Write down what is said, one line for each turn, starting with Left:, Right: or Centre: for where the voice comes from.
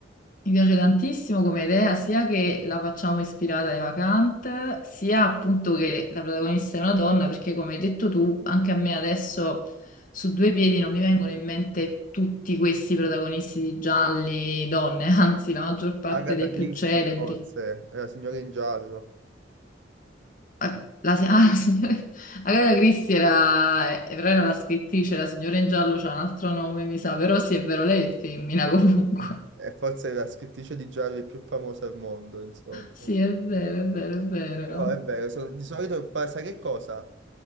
Left: mi piace tantissimo come idea, sia che la facciamo ispirata ai vacant, sia appunto che la protagonista è una donna, perché come hai detto tu, anche a me adesso su due piedi non mi vengono in mente tutti questi protagonisti di gialli donne, <laughs> anzi la maggior parte
Right: Agatha
Left: dei più
Right: Christie,
Left: celebri.
Right: forse, è la signora in giallo.
Left: Ah, La, si- <laughs> ah, la signora Agatha Christie era, eh, però era la scrittrice, la signora in giallo c'ha un altro nome, mi sa, però sì, è vero, lei è femmina <laughs> comunque.
Right: è forse la scrittrice di Gialli più famosa al mondo, insomma.
Left: Sì, è vero, è vero, è vero.
Right: Però è vero, sono- di solito fa- sai che cosa?